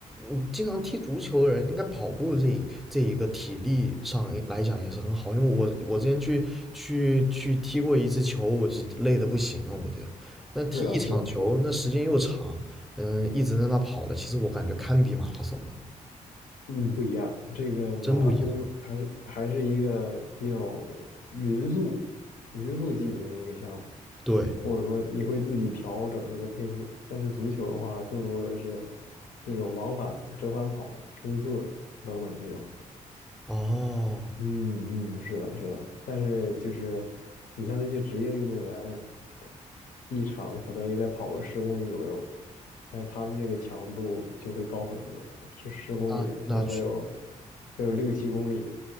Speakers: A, in the centre; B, on the left (about 75°).
A: 嗯经常踢足球的人，应该跑步这一这一个体力上来讲也是很好，因为我我之前去去去踢过一次球，我就累的不行了，我觉得，那踢一场球那时间又长，
B: 是的，是的，是的。
A: 嗯，一直在那跑的，其实我感觉堪比马拉松了，
B: 嗯，不一样。这个马拉松还是还是一个比较匀速、
A: 真不一样。
B: 匀速进行的一个项目，
A: 对，
B: 或者说你会自己调整那个配速。但是足球的话，更多的是这种往返、折返跑、冲刺等等这种。
A: 哦，
B: 嗯嗯，是的，是的，但是就是你像那些职业运动员，一场可能也得跑个十公里左右，但是他们这个强度就会高很多，这十公里可能得有
A: 那那确
B: 得有六七公里，